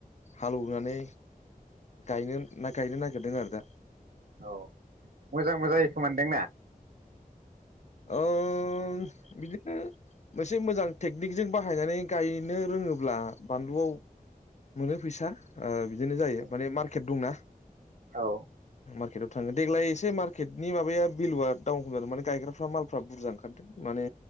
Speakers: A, on the left; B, on the right.
A: हालेवनानै गायनो ना गायनो नागिरदों आरो दा
B: औ मोजांबो जायो खोमदोंना
A: ओम बिदिनो मोनसे मोजां थेग बिग जों बाहायनानै गायनो रोङोब्ला बानलुआव मोनो फैसा बिदिनो जायो
B: औ
A: माने मार्केट दंना
B: औ
A: मार्कटआव थाङो देग्लाय एसे मार्केटनि माबाया बेलुआडाउन खम जादों मान गायग्रा फ्रा मालफ्रा बुरजा ओंखारदों माने